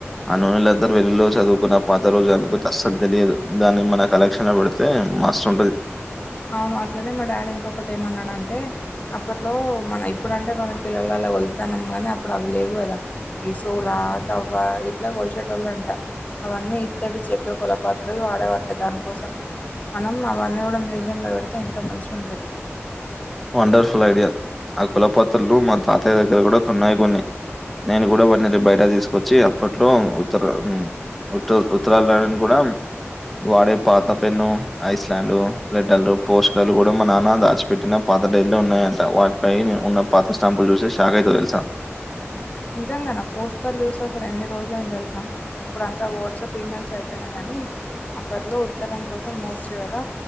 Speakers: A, in the centre; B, on the left (about 35°).
A: ఆ నూనెల అంతా వెలుగులలో చదువుకున్న పాత రోజు అను అస్సలు తెలియదు దాన్ని మన కలెక్షన్ లో పెడితే మస్తు ఉండది
B: అవును అట్లనే మా డాడీ ఇంకొకటి ఏమ అన్నాడు అంటే అప్పట్లో మన ఇప్పుడు అంటే మనకి కిలోల ల ఇట్లా కొలుతాన్నాం గానీ అప్పుడు అవి లేవు కదా ఈ సోలా తవ్వవా ఇట్లా కొలిచేటోళ్ళు అంట అవన్నీ ఇత్తడి చెకు కులపాత్రలు వాడేవటే దాని కోసం మనం అవన్నీ కూడా మ మ్యూజియంలో పెడితే ఇంకా మంచిగా ఉంటుంది
A: వండర్ఫుల్ ఐడియా ఆ కులపాత్రలు మా తాతయ్య దగ్గర కూడా కొన్ని ఉన్నాయి నేను కూడా వాటీని బయట తీసుకొచ్చి అప్పట్లో ఉత్తర ఉత్త ఉత్తరాలు రాయడానికి కూడా వాడే పాత పెన్ను ఐస్లలాండ్ లెటర్లు పోషకాలు కూడా మా నాన్న దాచిపెట్టిన పాత టడైట్లో ఉన్నాయంట వాటిపై నేను ఉన్న పాత స్టాంపులు చూసిషాక్ అయితవ్ తెలుసా
B: నిజంగానా పోస్ట్ కార్డులు చూసి అసలు ఎన్ని రోజుల అయినా తెలుసా ఇప్పుడు అంతా వాట్సాప్ ఈమెయిల్స్ అయిపోయినాయి కానీ అప్పట్లో ఉత్తరం కోసం మోర్చవార